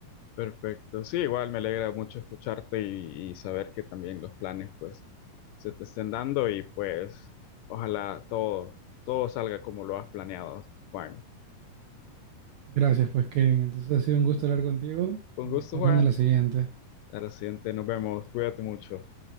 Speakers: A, on the left; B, on the right.
A: Perfecto. Sí, igual me alegra mucho escucharte y, y saber que también los planes pues se te estén dando y pues ojalá todo, todo salga como lo has planeado, Juan.
B: Gracias, pues Kevin. Entonces ha sido un gusto hablar contigo.
A: Con
B: Nos
A: gusto,
B: estamos
A: Juan.
B: viendo en la siguiente.
A: A la siguiente, nos vemos. Cuídate mucho.